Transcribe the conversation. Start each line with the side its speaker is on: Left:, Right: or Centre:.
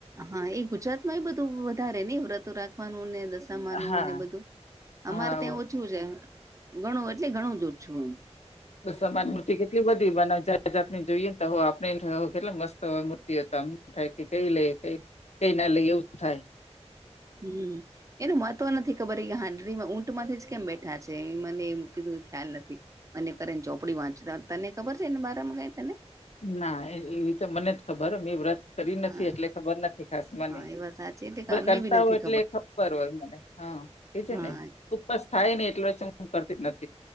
Right: હા એ ગુજરાત માં એ બધું વધારે ને વ્રત રાખવાનું ને દશામાનું
Left: હા
Right: ને બધું અમારે
Left: હા
Right: ત્યાં ઓછું છે ઘણું એટલે ઘણું જ ઓછું હમ
Left: દશામાની મૂર્તિ કેટલી બધી બનાવ જાત જાત જોઈએ ને તો હો આપણે કેટલા મસ્તય મૂર્તિ હત થાય કે કઈ લઈએ કઈ કઈ ના લઈ એવું થાય
Right: હમ એનું મહત્વ નથી ખબર એ હાંઢડીમાં ઊંટમાંથી કેમ બેઠા છે, એ મને એ કીધું ખ્યાલ નથી. અને કરે ને ચોપડી વાંચતા તને ખબર છે ને બારામાં કઈ તને?
Left: ના એવી તો મને જ ખબર મે એ વ્રત કરી નથી
Right: હા
Left: એટલે ખબર નથી ખાસ મને.
Right: હા એ વાત સાચી એટલે કે
Left: ભ
Right: અમને
Left: કરતા
Right: બી નથી
Left: હોય એટલે ખબર હોય મને હા એ છે
Right: હા
Left: ને બસ થાય નને એટલે વચ્ હું કરતી નથી